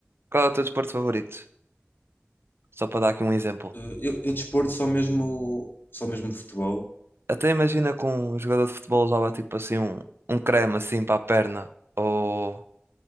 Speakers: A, on the right; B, on the left.
A: qual é o teu desporto favorito? Só para dar aqui um exemplo.
B: Eh, Eu, eu desporto só mesmo, só mesmo futebol.
A: Até imagina que um jogador de futebol usava tipo assim um, um creme assim para a perna. Ou